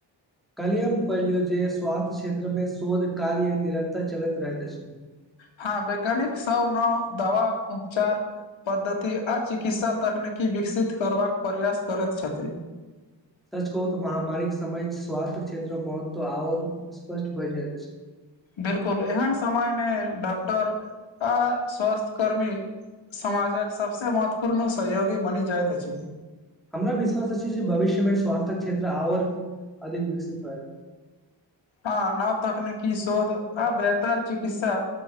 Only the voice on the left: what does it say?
हँ वैज्ञानिक सब नव दवा उपचार पद्धति आ चिकित्सा तकनीकी विकसित करबाक प्रयास करैत छथि
बिलकुल एहन समय मे डॉक्टर आ स्वास्थ कर्मी समाजक सबसे महत्वपूर्ण सहयोगी बनि जाइत अछि
हँ नव तकनिकी शोध ह बेहतर चिकित्सा